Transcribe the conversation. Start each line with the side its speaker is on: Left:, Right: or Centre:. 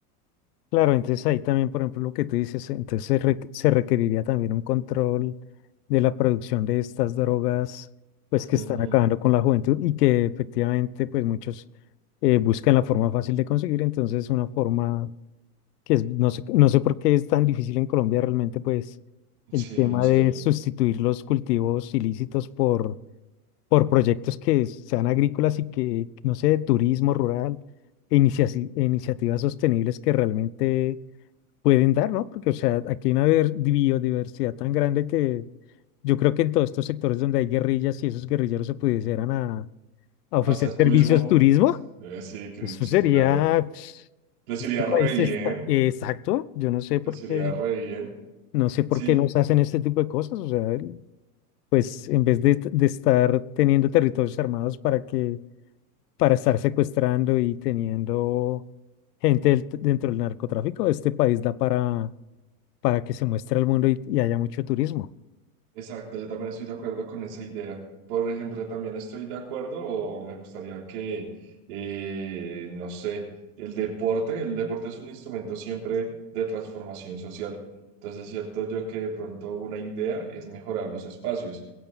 Left: Claro, entonces ahí también, por ejemplo, lo que tú dices, entonces se, re- se requeriría también un control de la producción de estas drogas, pues que están
Right: Ujú.
Left: acabando con la juventud y que efectivamente, pues muchos eh, buscan la forma fácil de conseguir, entonces una forma que es, no sé, no sé por qué es tan difícil en Colombia realmente, pues el
Right: Sí,
Left: tema
Right: no sé.
Left: de sustituir los cultivos ilícitos por, por proyectos que sean agrícolas y que, no sé, de turismo rural e inicia- e iniciativas sostenibles que realmente pueden dar, ¿no? Porque, o sea, aquí hay una ver- biodiversidad tan grande que yo creo que en todos estos sectores donde hay guerrillas, si esos guerrilleros se pudieran a, a ofrecer
Right: Hacer
Left: servicios
Right: turismo.
Left: turismo,
Right: Eh, sí, que-
Left: eso
Right: sí,
Left: sería,
Right: claro.
Left: pues,
Right: Les
Left: este
Right: iría
Left: país
Right: re bien.
Left: está, exacto, yo no sé por
Right: Les
Left: qué,
Right: iría re bien.
Left: no sé por
Right: Sí,
Left: qué nos hacen este tipo de cosas, o sea, el- pues en vez de, de estar teniendo territorios armados para que, para estar secuestrando y teniendo gente del- dentro del narcotráfico, este país da para para que se muestre al mundo y, y haya mucho turismo.
Right: Exacto, yo también estoy de acuerdo con esa idea. Por ejemplo, también estoy de acuerdo o me gustaría que, eh, no sé, el deporte, el deporte es un instrumento siempre de transformación social. Entonces, es cierto yo que de pronto una idea es mejorar los espacios,